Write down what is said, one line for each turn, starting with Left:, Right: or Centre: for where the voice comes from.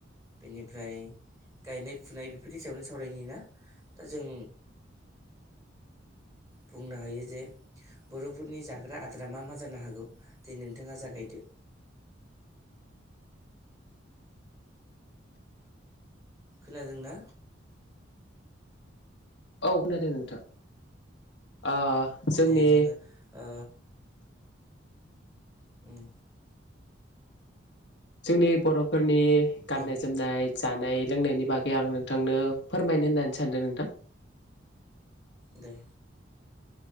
Right: बेनिफ्राय गायनाय फुनाय बेफोरनि सायावनो सावरायनि ना दा जों बुंनो ओ हायो जे बर'फोरनि जाग्रा आदारा मा मा जानो हागौ दि नोंथाङा जागायदो खोनादोंना
Left: औ खोनादों नोंथां आं जोंनि
Right: दे जोङो ओ उम
Left: जोंनि बर'फोर नि गाननाय
Right: दे
Left: जोमनाय जानाय लोंनायनि बागै आं नोंथांनो फोरमायनो होननानै सानदों नोंथां
Right: दे